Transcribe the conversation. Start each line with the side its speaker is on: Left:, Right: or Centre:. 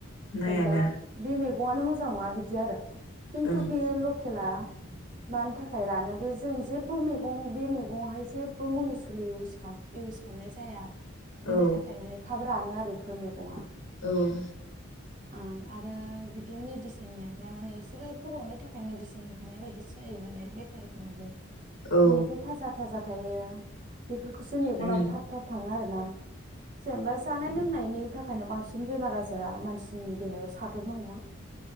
Left: नाया
Right: जेनबा
Left: दा
Right: बि मे मेगंआनो मोजां नङा बिदि आरो। खिन्थु
Left: ओं
Right: बेय लख खेला मानि थाखाय रानो बे जों जेबो मैगं बे मैगंआवहाय जेबो मुलि सुलि इउस इउस खालामनाय जाया। बिनि
Left: औ
Right: थाखाय माने खाब रानो आरो एफोर मैगङा।
Left: औ
Right: ओं आरो बिदि मेडिसिन होनायफ्रा माने इसोरो गोबावनि थाखाय मेडिसिन होखानाय बायदिसो जायो नालाय बेफारिफोराबो।
Left: औ
Right: बिनिखाय थाजा थाजाब थायो। बेफोरखौसो मेगनाबो
Left: उम
Right: थाब थाब थाङो आरोना। जेनेबा जानाय लोंनायनि थाखायनो बांसिन बेमारा जा फोरा मानसिनि देहायाव साग्लोबनो हमो।